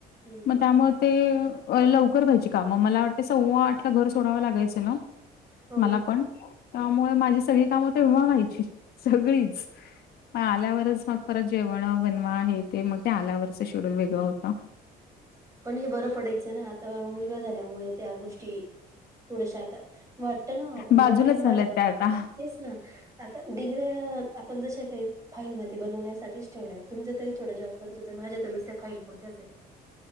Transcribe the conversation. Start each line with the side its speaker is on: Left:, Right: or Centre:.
Right: हम्म
Left: मग त्यामुळे ते लवकर व्हायची काम मग मला वाटतें सव्वा आठ ला घर सोडावं लागायचं ना
Right: हो
Left: मला
Right: ना
Left: पण त्यामुळे माझी सगळी कामं तर व्हायची सगळीच म आल्यावरच परत जेवण बनवा आहे ते मग ते आल्यावरच शेड्यूल वेगळं होत ह
Right: पण हे बरं पडायचं ना आता मुलगा झाल्यामुळे त्या गोष्टी थोडश्या आता वाटत ना आपण
Left: बाजूलाच
Right: मला तर माझ
Left: झाल्यात त्या आता.
Right: तेच ना आता डिग्री आपण जश काही फाईलमध्ये बनवण्यासाठीच ठेवल्या तुमच्या तरी थोडा जॉब खर्जच माझ्यात नुसत फाईल पुरतच